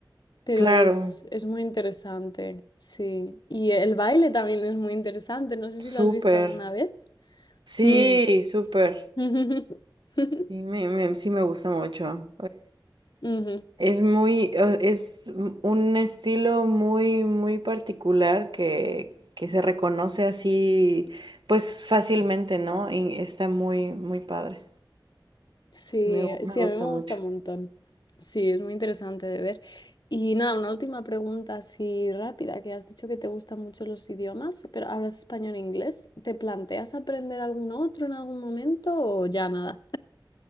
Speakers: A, on the left; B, on the right.
A: Pero
B: Claro,
A: es, es muy interesante, sí. Y el baile también es muy interesante. No sé
B: súper.
A: si lo has visto alguna vez.
B: Sí,
A: Mm.
B: súper.
A: S- <laughs>
B: Sí me, me- sí me gusta mucho.
A: Ujú.
B: Es muy, eh, es un estilo muy, muy particular que, que se reconoce así, pues fácilmente, ¿no? Y está muy, muy padre.
A: Sí,
B: Me, gu- me
A: sí,
B: gusta
A: a mí me
B: mucho.
A: gusta un montón. Sí, es muy interesante de ver. Y nada, una última pregunta así rápida, que has dicho que te gustan mucho los idiomas, pero hablas español e inglés. ¿Te planteas aprender algún otro en algún momento o ya nada?